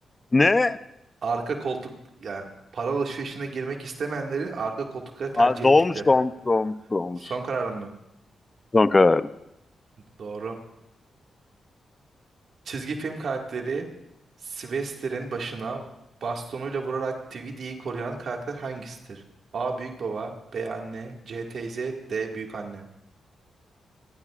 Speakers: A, on the left (about 30°); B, on the right (about 70°).
A: ne?
B: Arka koltuk yani para alışverişine girmek istemeyenleri arka koltukları tercih
A: Aa, dolmuş
B: ettikleri.
A: dolmuş dolmuş dolmuş.
B: Son kararın mı?
A: Son karar.
B: Doğru. Çizgi film karakteri Sylvester'in başına bastonuyla vurarak DVD'yi koruyan karakter hangisidir? A. Büyük baba B. Anne C. Teyze D. Büyük anne